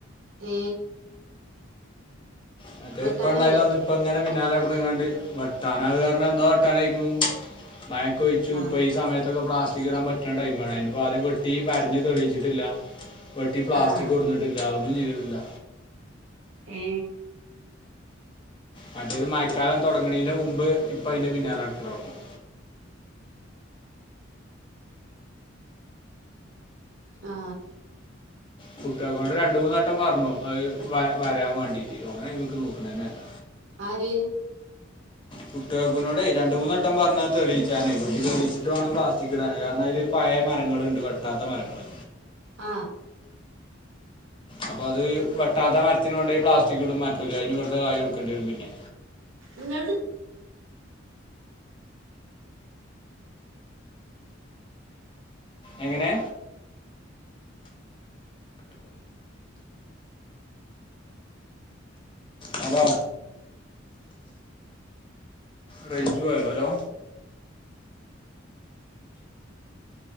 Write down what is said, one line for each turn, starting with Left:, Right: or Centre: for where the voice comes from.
Right: ഏ
Left: മറ്റേത്
Right: വെട്ടാനായോ
Left: ഇപ്പണ്ടായിന്നന്ന് ഇപ്പങ്ങനെ പിന്നാലെ നടന്ന്ങ്ങാണ്ട് വെ ട്ടാനായത് കാരണം എന്നോവെട്ടാനായിക്കുണു മയക്കൊയ്ച്ചു
Right: ആഹ്
Left: പ്പ ഈസമേ ട്ടൊക്കെ പ്ലാസ്റ്റിക് ഇടാൻ പറ്റാണ്ടായി മഴയിന് പ്പോ അദ്യം വെട്ടി വരഞ്ഞ് തെളിയിച്ചിട്ടില്ല വെട്ടി പ്ലാസ്റ്റിക്കൊട്ന്നിട്ടില്ല
Right: ആഹ്
Left: ഒന്നും ചീതിട്ടില്ല
Right: ഏ
Left: മറ്റേത് മയക്കാലം തുടങ്ങണീന്റെ മുമ്പ് ഇപ്പ അയിന്റെ പിന്നാലെടക്കലൊടങ്ങും
Right: ആ
Left: കുട്ടുകാക്കുനോട്‌ രണ്ടു മൂന്നാട്ടം പറഞ്ഞു അത് വ വരാൻ വേണ്ടിയിട്ട് ഓനയ്മ്മേക്ക് നോക്കണന്നെല്ല
Right: ആര്
Left: കുട്ടുകാക്കുനോടെ രണ്ട് മൂന്നട്ടം പറഞ്ഞത് തെളിയിച്ചാനേയ് ഓൽക്‌ തെളീച്ചിട്ട് വാണം പ്ലാസ്റ്റിക് ഇടാന് കാരണം അയില് പയേ മരങ്ങളുണ്ട് വെട്ടാത്ത മരങ്ങള്
Right: ആ
Left: അപ്പൊ അത് വെട്ടാത്ത മരത്തിന് കൊണ്ടോയി പ്ലാസ്റ്റിക് ഇടുംമറ്റോല് അയിന് വെറുതെ കായ് കൊടുക്കേണ്ടി വരും പിന്നെ
Right: ങ്ങൾത്
Left: എങ്ങനെ ഹലോ റേഞ്ച്ഓയോ ഹലോ